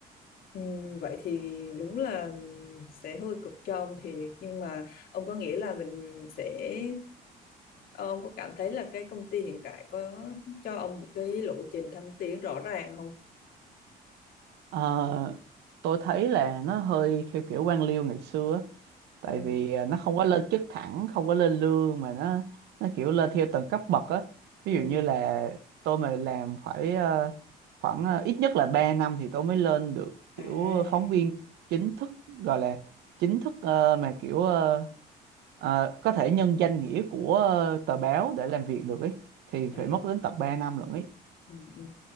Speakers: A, on the left (about 60°); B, on the right (about 80°).
A: Ừ, vậy thì đúng là sẽ hơi cực cho ông thiệt. Nhưng mà ông có nghĩ là mình sẽ... ờ, Ông có cảm thấy là cái công ty hiện tại có cho ông một cái lộ trình thăng tiến rõ ràng không?
B: Ờ, tôi thấy là nó hơi theo kiểu quan liêu ngày xưa á. tại
A: Ừ.
B: vì à, nó không có lên chức thẳng không có lên lương mà nó nó kiểu lên theo từng cấp bậc á ví
A: Ừ.
B: dụ như là tôi mà làm phải ờ, khoảng ờ, ít nhất là 3 năm thì tôi mới lên được kiểu
A: À,
B: phóng viên chính thức gọi là chính thức ờ, mà kiểu ờ, ờ, có thể nhân danh nghĩa của ờ, tờ báo để làm việc được ấy thì phải
A: à.
B: mất đến tận 3 năm lận ấy
A: Ừ, ừ.